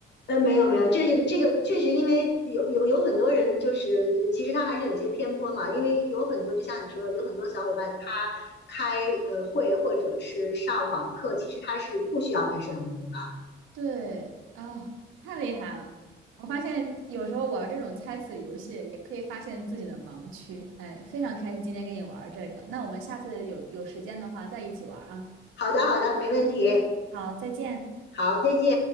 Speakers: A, on the left (about 60°); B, on the right (about 85°).
A: 呃，没有没有，这是这个确实，因为有有有很多人就是呃其实他还是有些偏颇嘛，因为有很多就像你说的，有很多小伙伴他开呃会或者是上网课，其实他是不需要开摄像头的。
B: 对，啊，太厉害了！我发现有时候玩这种猜词游戏也可以发现自己的盲区，哎，非常开心今天跟你玩这个。那我们下次有有时间的话再一起玩啊。
A: 好的好的，没问题，
B: 好，再见。
A: 好，再见。